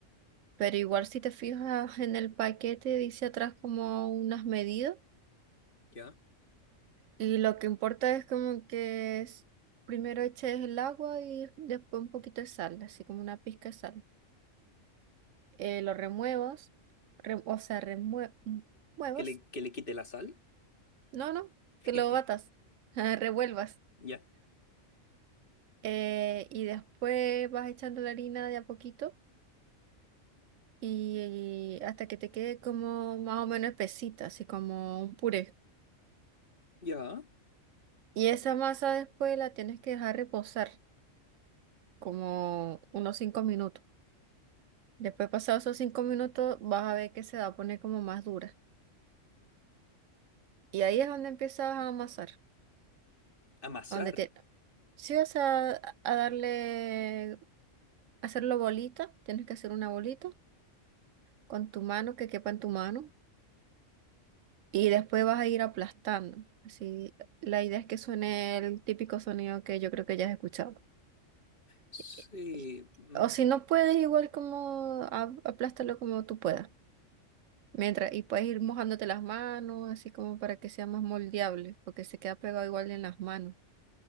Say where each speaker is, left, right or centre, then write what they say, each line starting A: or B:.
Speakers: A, on the right; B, on the left.
A: pero igual si te fijas en el paquete dice atrás como unas medidas
B: ya.
A: y lo que importa es como que es- primero eches el agua y después un poquito de sal, así como una pizca de sal. eh, lo remuevos, re- o sea, remue- muevos,
B: Que le, que le quite la sal.
A: no, no,
B: <laughs>
A: que lo batas, <laughs> revuelvas.
B: Ya,
A: eh, y después vas echando la harina de a poquito y, y hasta que te quede como más o menos espesita, así como un puré.
B: ya.
A: Y esa masa después la tienes que dejar reposar como unos 5 minutos. Después pasados esos cinco minutos vas a ver que se va a poner como más dura. Y ahí es donde empiezas a amasar,
B: Amasar.
A: donde te, Sí, o sea, a a darle hacerlo bolita, tienes que hacer una bolita con tu mano que quepa en tu mano y después vas a ir aplastando. Así, la idea es que suene el típico sonido que yo creo que ya has escuchado.
B: Sí,
A: Y- y-
B: mm,
A: O si no puedes, igual como a- aplástalo como tú puedas. Mientras, y puedes ir mojándote las manos, así como para que sea más moldeable, porque se queda pegado igual en las manos.